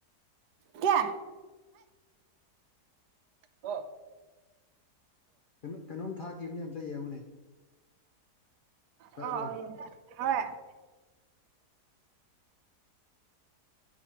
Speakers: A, on the right (about 80°); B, on the left (about 70°).
A: ꯀꯌꯥ ꯑꯣ
B: ꯀꯩꯅꯣꯝ ꯀꯩꯅꯣꯝ ꯊꯥꯈꯤꯕꯅꯦ ꯑꯝꯇ ꯌꯦꯡꯉꯨꯅꯦ ꯇꯥꯕ꯭ꯔꯣ
A: ꯑꯣ ꯑꯣ ꯌꯦꯡꯒꯦ